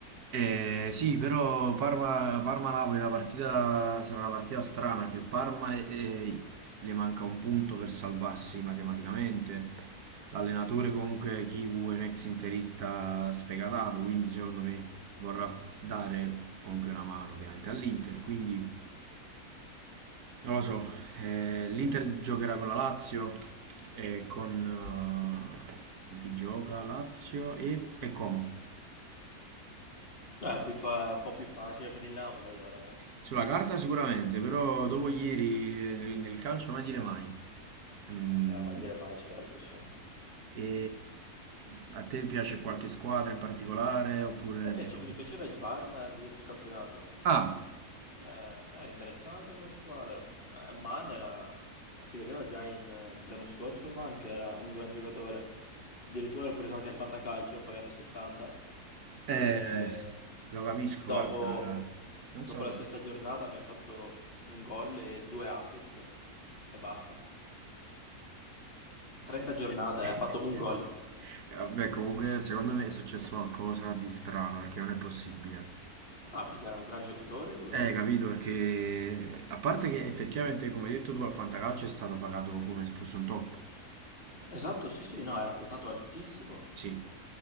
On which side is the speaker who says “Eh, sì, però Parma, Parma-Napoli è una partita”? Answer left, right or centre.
Right